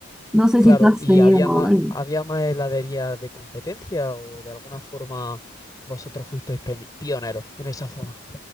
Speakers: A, in the centre; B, on the left.
A: No sé
B: Claro,
A: si tú has
B: ¿y
A: tenido
B: había más,
A: algo.
B: había más heladerías de competencia o de alguna forma vosotros fuisteis peñ- pioneros en esa zona?